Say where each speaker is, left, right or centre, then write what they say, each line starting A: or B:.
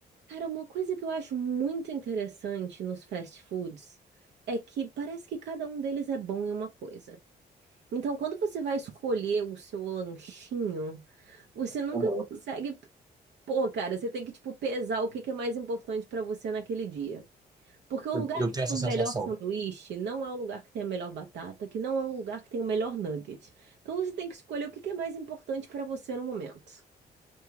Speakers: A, on the right (about 80°); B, on the right (about 20°).
A: Cara, uma coisa que eu acho muito interessante nos fast foods é que parece que cada um deles é bom em uma coisa. Então, quando você vai escolher o seu lanchinho, você nunca
B: Aham.
A: consegue. Pô, cara, você tem que, tipo, pesar o que que é mais importante pra você naquele dia. Porque o
B: Eu,
A: lugar
B: eu
A: que
B: tenho
A: tem
B: essa
A: o melhor
B: sensação.
A: sanduíche não é o lugar que tem a melhor batata, que não é o lugar que tem o melhor nugget. Então, você tem que escolher o que que é mais importante pra você no momento.